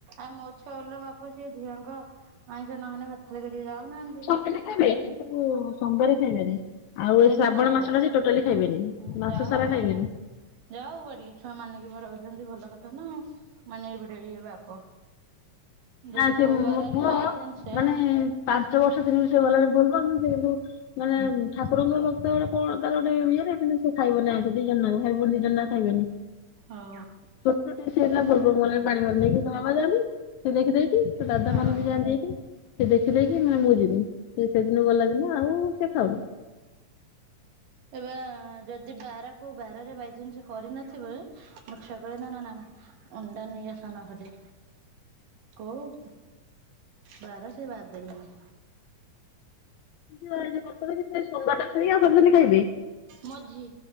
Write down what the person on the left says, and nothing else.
<unintelligible> ଖାଇବେ କିନ୍ତୁ ସୋମବାରେ ଖାଇବେନି। ଆଉ
ଏଇ ଶ୍ରାବଣ
ମାସଟା ସେ ଟୋଟାଲି ଖାଇବେନି
ମାସ
ସାରା
ଖାଇବେନି।
ନା ସେ
ମୋ
ପୁଅ
ମାନେ ପାଞ୍ଚ ବର୍ଷ ତିନି ବର୍ଷ ଗଲାବେଳେ ଭଲ <unintelligible> କିନ୍ତୁ ମାନେ ଠାକୁରଙ୍କ ସେତେବେଳେ କଣ ଗୋଟେ କଣ ତାର ଇଏ <unintelligible> ସେ ଖାଇବ ନି ଆଇଁଷ ଦି ଜଣ ଯାକଁ ଭାଇ ଭଉଣୀ ଦି ଜଣ <unintelligible> ଖାଇବେନି।
ଛୋଟ ଟିକେ ସେ ହେଲା <unintelligible> ତା ବାବା ଯାଆନ୍ତି। ସେ ଦେଖିଦେଇଚି ତା ଦାଦା
ମାନେ ବି ଯାଆନ୍ତି <unintelligible> ସେ ଦେଖିଦେଇକି ମାନେ ମୁଁ ଯିବିନି ସେ ସେଦିନ ଗଲା ଦିନ ଆଉ ସେ ଖାଉନି।
ସୋମବାରଟା ଛାଡିକି ଆଉ ସବୁଦିନେ ଖାଇବି।